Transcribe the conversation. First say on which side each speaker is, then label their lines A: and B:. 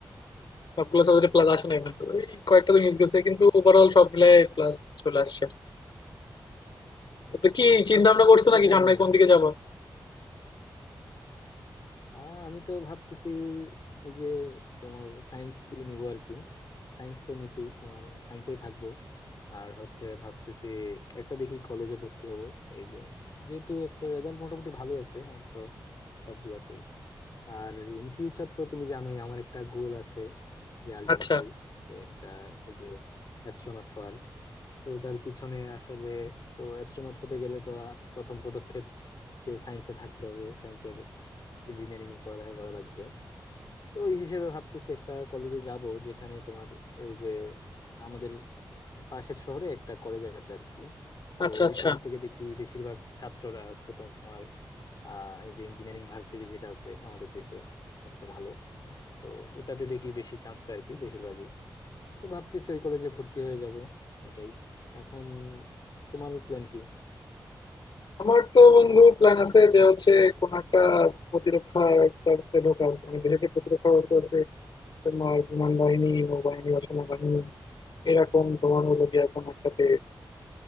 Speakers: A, on the left; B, on the left.
A: সবগুলো সাবজেক্টে
B: আচ্ছা
A: প্লাস আসে
B: আচ্ছা
A: নাই কিন্তু ওই কয়েকটা তো মিস গেছে কিন্তু ওভারঅল সব মিলায় প্লাস চলে আসছে
B: আচ্ছা
A: তো কি
B: আচ্ছা।
A: চিন্তা ভাবনা করছো
B: আরে
A: নাকি
B: প্যারা
A: সামনে
B: নাই বন্ধু
A: কোন দিকে যাবো
B: আহ আমি তো ভাবতেছি এই যে তোমার সায়েন্স নিবো আর কি সায়েন্স তো নিছি তোমার সায়েন্সেই থাকবো আর হচ্ছে ভাবতেছি একটা দেখি কলেজে ভর্তি হবো এই যে যেহেতু একটা রেজাল্ট মোটামুটি ভালোই আছে আমার তো সবগুলাতে আর ইন ফিউচার তো তুমি জানোই আমার একটা গোল আছে যে আলটিমেটলি
A: আচ্ছা
B: একটা এই যে অ্যাস্ট্রোনট হওয়ার তো ওটার পিছনে আসলে তো অ্যাস্ট্রোনট হতে গেলে তো আ- প্রথম পদক্ষেপ যে সায়েন্সে থাকতে হবে সায়েন্সের ইঞ্জিনিয়ারিং এ পড়ালেখা করা লাগবে তো ওই হিসেবে ভাবতেছি একটা কলেজে যাব যেখানে তোমার ওই যে আমাদের পাশের শহরে একটা কলেজ আছে আর কি তো
A: আচ্ছা
B: ওই
A: আচ্ছা
B: শহর থেকে দেখি বেশিরভাগ ছাত্ররা হচ্ছে তোমার আহ এই যে ইঞ্জিনিয়ারিং ভার্সিটি যেটা আছে আমাদের দেশে সবচেয়ে ভালো তো ওটাতে দেখি বেশি চান্স পায় আর কি বেশিরভাগই তো ভাবতেছি ওই কলেজে ভর্তি হয়ে যাব এটাই এখন তোমার প্ল্যান কি
A: আমার তো বন্ধু প্ল্যান আছে যে হচ্ছে কোন একটা প্রতিরক্ষা একটা ব্যবস্থায় ঢোকা উচিত। মানে দেশের যে প্রতিরক্ষা ব্যবস্থা আছে তোমার বিমান বাহিনী নৌবাহিনী বা সেনাবাহিনী এরকম তোমার হলো গিয়ে কোন একটাতে